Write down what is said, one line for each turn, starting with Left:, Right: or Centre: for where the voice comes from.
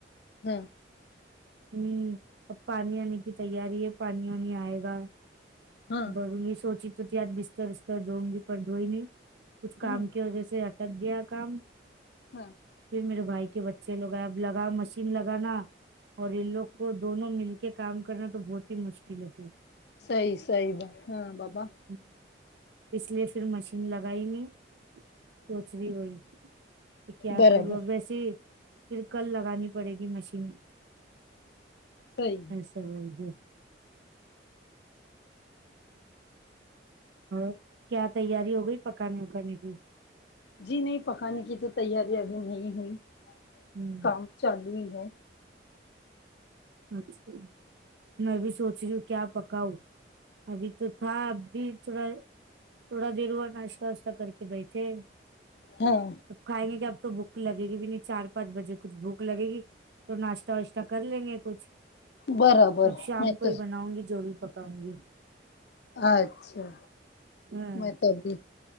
Left: ہاں
Right: ہوں اب پانی آنے کی تیاری ہے پانی وانی آئے گا
Left: ہاں
Right: بوںی سوچی تو تھی آج بستر وستر دھؤوں گی پر دھوئی نہیں کچھ کام
Left: ہاں
Right: کی وجہ سے تب گیا کام
Left: ہاں
Right: پھر میرے بھائی کے بچے لوگ آئے اب لگا مشین لگانا اور ان لوگ کو دونوں مل کے کام کرنا تو بہت ہی مشکل ہے پھر
Left: صحیح صحیح بات ہاں بابا
Right: ہوں اس لیے پھر مشین لگائینگے سوچ ری وہی کہ کیا
Left: برابر
Right: کروں اب ویسیے پھر کل لگانی پڑے گی مشین
Left: صحیح
Right: ایسے بول دیے اور کیا تیاری ہو گئی پکانے وکانے کی
Left: جی نہیں پکانے کی تو تیاری ابھی نہیں ہوئی
Right: ہ
Left: کام چالو ہی ہے
Right: اچھا میں بھی سوچ رہی ہوں کیا پکاؤں ابھی تو تھا اب بھی تھوڑا تھوڑا دیر ہوا ناشتہ واشتہ کر کے بیٹھے
Left: ہاں
Right: اب کھائیں گے کیا اب تو بھوک لگے گی بھی نہیں چار پانچ بجے کچھ بھوک لگے گی تو ناشتہ واشتہ کر لیں گے کچھ
Left: برابر
Right: اب شام
Left: میں
Right: کو
Left: تو
Right: ہی بناؤں گی جو بھی بکاؤں گی
Left: اچھا
Right: ہاں
Left: میں تو ابھی